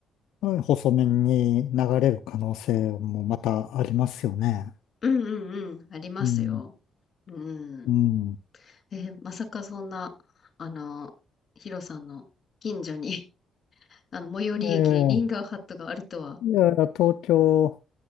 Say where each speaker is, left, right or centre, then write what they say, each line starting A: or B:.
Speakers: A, on the left (about 85°); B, on the left (about 45°).
A: うん細麺に流れる可能性もまたありますよね。
B: うんうんうん。ありますよ。
A: うん。
B: う
A: うん。
B: ん。えーまさかそんな、あの、ヒロさんの近所に、<laughs> あの、最寄り駅にリンガーハットがあるとは。
A: ええいや、東京、